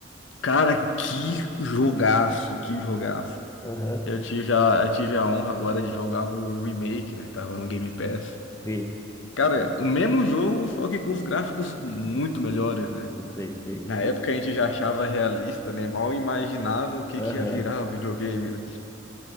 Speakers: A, on the left; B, on the left.
A: Cara, que jogaço, que jogaço.
B: aham.
A: Eu tive a, eu tive a honra agora de jogar o remake, né? Tava no Game Pass.
B: Sei,
A: Cara, o mesmo jogo, só que com os gráficos muito melhores, né?
B: sei, sei.
A: Na época a gente já achava realista, né? Mal imaginava o que
B: Aham.
A: que ia virar o videogame, né?